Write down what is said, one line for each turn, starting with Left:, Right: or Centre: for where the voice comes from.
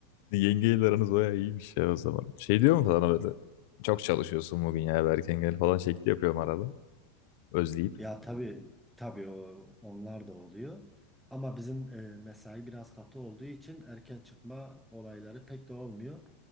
Left: Yengeyle aranız bayağı iyiymiş ya o zaman. Şey diyor mu sana böyle? Çok çalışıyorsun bugün ya eve erken gel falan şekli yapıyorum arada. Özleyip.
Centre: Ya tabii tabii o, onlar da oluyor. Ama bizim e, mesai biraz katı olduğu için erken çıkma olayları pek de olmuyor.